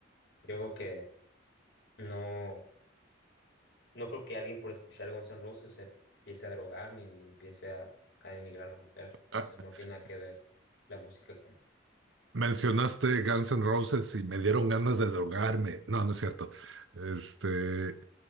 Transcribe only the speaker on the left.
Yo creo que no, no creo que alguien por escuchar Guns N' Roses se empiece a drogar ni, ni empiece a, a denigrar a la mujer.
O sea, no tiene nada que ver la música con...